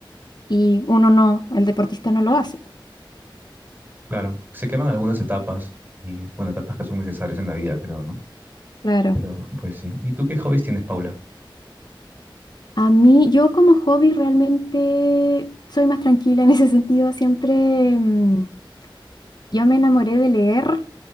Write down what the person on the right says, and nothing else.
claro. Se queman algunas etapas y, bueno, etapas que son necesarias en la vida, creo, ¿no?
Pero, pues sí. ¿Y tú qué hobbies tienes, Paula?